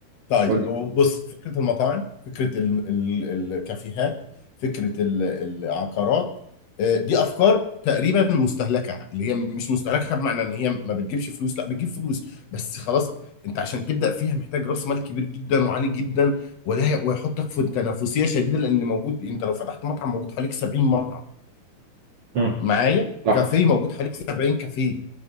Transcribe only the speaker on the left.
طيب
هو بص فكرة المطاعم فكرة ال ال الكافيهات فكرة ال العقارات آه، دي أفكار تقريبا مستهلكة اللي هي مش مستهلكة بمعنى إن هي ما بتجيبش فلوس لا بتجيب فلوس بس خلاص أنت عشان تبدأ فيها محتاج رأس مال كبير جدا وعالي جدا ولا هي- ويحطك في تنافسية شديدة لأن موجود أنت لو فتحت مطعم موجود حواليك 70 مطعم
معايا
كافيه موجود حواليك 70 كافيه